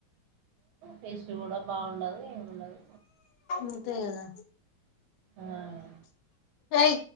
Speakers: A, on the right; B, on the left.
A: టేస్ట్ కూడా బాగుండదు ఏముండదు
B: అంతే కదా
A: అహ్
B: ఏయే